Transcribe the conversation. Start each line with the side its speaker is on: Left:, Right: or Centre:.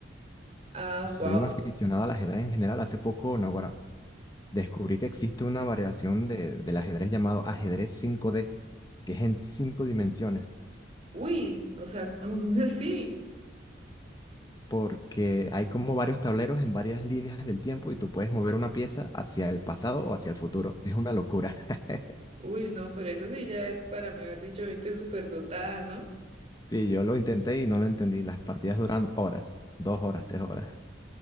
Right: Ah,
Left: Y soy
Right: wow.
Left: un aficionado al ajedrez en general. Hace poco, no, ahora descubrí que existe una variación de, del ajedrez llamado ajedrez 5D, que es en cinco dimensiones.
Right: Uy, o sea, <laughs> ¿cómo así?
Left: porque hay como varios tableros en varias líneas del tiempo y tú puedes mover una pieza hacia el pasado o hacia el futuro. Es una locura. <laughs>
Right: Uy, no, pero eso sí ya es para mejor dicho gente superdotada ¿no?
Left: Sí, yo lo intenté y no lo entendí. Las partidas duran horas, dos horas, tres horas.